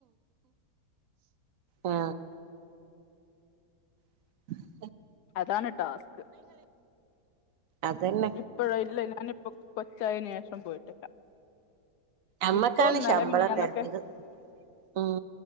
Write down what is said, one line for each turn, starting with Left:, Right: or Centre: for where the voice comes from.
Right: ആ <inaudible>
Left: അതാണ് ടാസ്ക്
Right: അതന്നെ
Left: ഇപ്പോഴ ഇല്ല ഞാനിപ്പോ കൊച്ചായന് ശേഷം പോയിട്ടില്ല
Right: അമ്മക്കാണ്
Left: ഇപ്പൊന്നലെ
Right: ശമ്പളം
Left: മിനിയാന്നൊക്കെ
Right: തരത്തിയത് ഉം